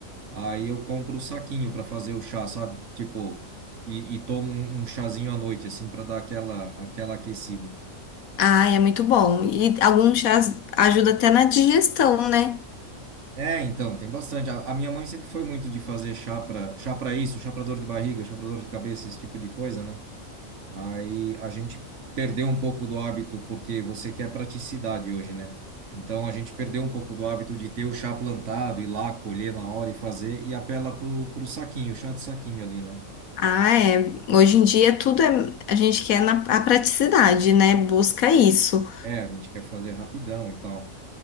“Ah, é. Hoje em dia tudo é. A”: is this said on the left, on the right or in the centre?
Left